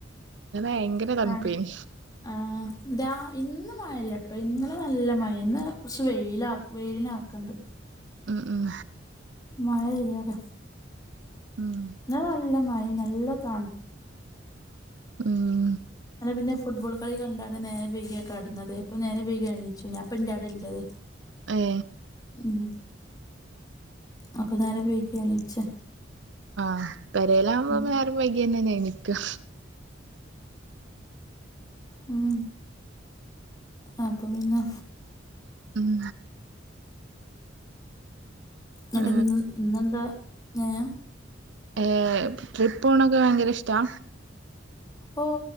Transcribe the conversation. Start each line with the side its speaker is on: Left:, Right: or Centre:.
Right: ഭയങ്കര
Left: ഇതണ്
Right: തണുപ്പേനു
Left: ആ ഇതാ ഇന്നും മയല്ലോട്ടോ ട്ടോ ഇന്നലെ നല്ല മഴേനിം ഇന്ന് കുറച്ച് വെയില വെയിലിനാക്കണ്ട്
Right: ഉം ഉം
Left: മഴല്ല അത
Right: ഉം
Left: ഇന്നലെ നല്ല മഴ നല്ല കാ
Right: ഉം
Left: അനെ പിന്നെ ഫുട്ബോൾ കളി കാണ കാരണം നേരെ വൈകിയ കടന്നത് അപ്പൊ നേരം വൈക എണീച്ചു ഞാപ്പം എന്റെടെ ഇള്ളത്
Right: ഏ
Left: ഉം അപ്പ ഞാന് വൈകിയ എണീച്ചെ
Right: ആ പെരയിലാകുമ്പോ
Left: ഉം
Right: നേരം വൈകെന്നെ എണീക്ക
Left: ഉം അപ്പം പിന്നെ
Right: ഉം
Left: ഇന്നിട്ട്
Right: ഏ
Left: ഇന്ന് ഇന്നെന്താ ഏ
Right: ഏ ട്രിപ്പ് പോണൊക്കെ ഭയങ്കര ഇഷ്ടാ
Left: ഓ